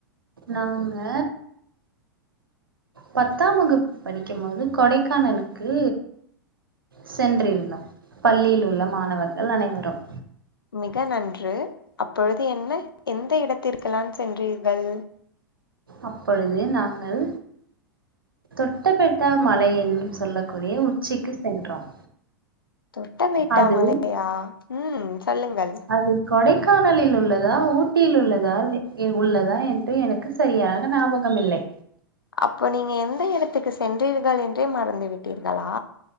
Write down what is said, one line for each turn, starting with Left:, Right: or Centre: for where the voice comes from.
Right: நாங்க பத்தாம் வகுப்பு படிக்கும்போது கொடைக்கானலுக்கு சென்றிருந்தோம் பள்ளியில் உள்ள மாணவர்கள் அனைவரும்
Left: மிக நன்று அப்பொழுது என்ன எந்த இடத்திற்கலாம் சென்றீர்கள்
Right: அப்பொழுது நாங்கள் தொட்ட பெட்டா மலை என்னும் சொல்லக் குடிய உச்சிக்கு சென்றோம்
Left: தொட்ட பேட்டா
Right: அது
Left: மலையா ம் சொல்லுங்கள்
Right: அது கொடைக்கானலில் உள்ளதா ஊட்டியில் உள்ளதால் எ உள்ளதா என்று எனக் கு சரியாக ஞாபகம் இல்லை
Left: அப்போ நீங்க எந்த இடத்துக்கு சென்றீர்கள் என்றே மறந்து விட்டீர்களா